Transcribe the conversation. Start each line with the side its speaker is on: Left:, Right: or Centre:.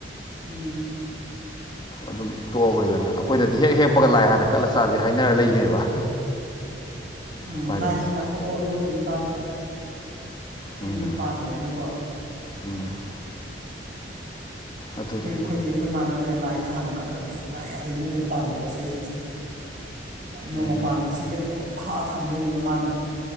Right: ꯎꯝ
Left: ꯑꯗꯨꯝ ꯇꯣꯛꯑꯕꯩꯗꯅ ꯑꯈꯣꯏꯅꯗꯤ ꯍꯦꯛ ꯍꯦꯛꯄꯒ ꯂꯥꯏ ꯍꯥꯟꯅ ꯀꯠꯂ ꯆꯥꯥꯁꯦ ꯍꯥꯏ ꯍꯥꯏꯅꯔ ꯂꯩꯅꯦꯕ
Right: ꯎꯝ
Left: ꯎꯄꯥꯏ
Right: ꯂꯥꯏ
Left: ꯂꯩꯇꯦ
Right: ꯍꯥꯟ ꯀꯥꯊꯣꯛꯑꯣ ꯑꯗꯨꯒ ꯑꯗꯨꯝ ꯆꯥ
Left: ꯎꯝ
Right: ꯌꯨꯝꯗ ꯄꯥꯟꯕꯅꯤꯅꯀꯣ
Left: ꯎꯝ ꯑꯗꯨꯅꯤ
Right: ꯑꯈꯣꯏ ꯑꯈꯣꯏꯗꯤ ꯑꯈꯣꯏ ꯃꯥꯥꯟꯅꯅꯦ ꯂꯥꯏꯗ ꯍꯥꯟꯅ ꯀꯠ ꯀꯠꯇꯕ ꯁꯨꯡꯌꯥ ꯌꯥꯗꯦ ꯌꯨꯝꯗ ꯄꯥꯟꯕ ꯄꯣꯠꯆꯩ ꯁꯤꯡꯁꯦ ꯅꯣꯡꯃ
Left: ꯎꯝ
Right: ꯄꯥꯟꯕꯁꯤ ꯑꯗꯨꯝ ꯈꯥꯛꯑ ꯊꯝꯗꯣꯏꯅꯦꯕ ꯃꯥꯅ